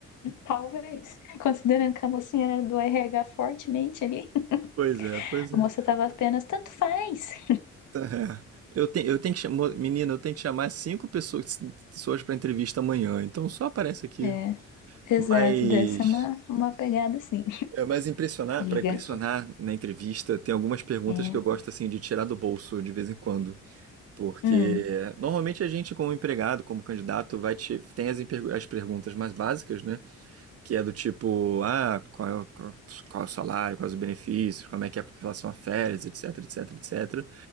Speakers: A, on the left; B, on the right.
A: talvez. Considerando que a mocinha era do RH fortemente ali, <laughs>
B: Pois é, pois é.
A: a moça tava apenas, tanto faz.
B: É. Eu tenho, eu tenho que chamar, menina, eu tenho que chamar cinco pessoas, pessoas para entrevista amanhã, então só aparece aqui.
A: É, exato,
B: Mas,
A: dessa é uma, uma pegada assim.
B: é, mas impressionar,
A: Diga.
B: para impressionar na entrevista, tem algumas perguntas
A: É.
B: que eu gosto assim de tirar do bolso de vez em quando, porque
A: Hum,
B: é, normalmente a gente como empregado, como candidato, vai te, tem as, imper- as perguntas mais básicas, né? que é do tipo, ah, qual é, o- qual, qual é o salário, quais os benefícios, como é que é com relação a férias, etc, etc, etc.